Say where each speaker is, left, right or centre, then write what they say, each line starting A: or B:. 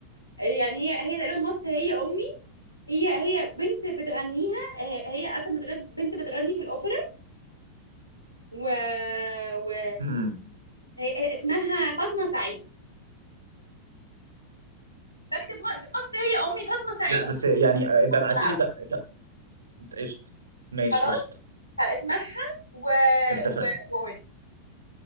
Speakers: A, on the left; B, on the right.
A: آه، يعني هي هي تقريبا مصر هي امي هي هي بنت بتغنيها آه، هي اصلا بتغني بنت بتغني في الاوبرا و, و...
B: امم
A: هي... هي اسمها فاطمه سعيد فاكتب م- في مصر هي امي فاطمه سعيد
B: لا بس يعني آه، ابقى
A: هتطلع
B: ابعتي لي
A: لك
B: ط- ط- قشطه ماشي
A: خلاص
B: قشطه
A: هسمعها و...
B: اتفقنا
A: و... وقولي